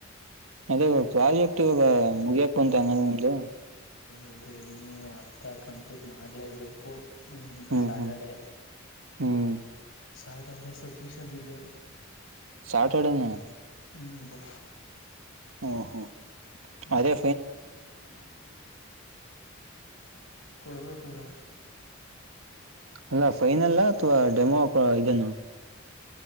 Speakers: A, on the right; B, on the left.
A: ಅದೇ ಇವಾಗ ಪ್ರಾಜೆಕ್ಟ್ ಇವಾಗ ಮುಗಿಯಕೆ ಬಂತು ಅಂಗಂದ್ರ ನಿಮ್ದು
B: ಒಬ್ರು ಇನ್ನುೂ ಅರ್ಧ ಕಂಪ್ಲೀಟ್ ಮಾಡ್ಲೇಬೇಕು ಇನೊಂದು
A: ಹ್ಮ್
B: ಸ್ಯಾಟರ್ಡೆ
A: ಹ್ಮ್ ಹ್ಮ್
B: ಸ್ಯಾಟರ್ಡೆ ಸಬ್ಮಿಷನ್ ಇದೆ
A: ಸ್ಯಾಟರ್ಡೇನಾ
B: ಹ್ಮ ಬ್ರೋ
A: ಓ ಒ
B: ಹ್ಮ್
A: ಅದೇ
B: ಕೊಡ್ಬೇಕು ಬ್ರೋ
A: ಅಲ್ಲ ಫೈನಲ್ ಅಥವಾ ಡೆಮೋ ಪ ಇದನಾ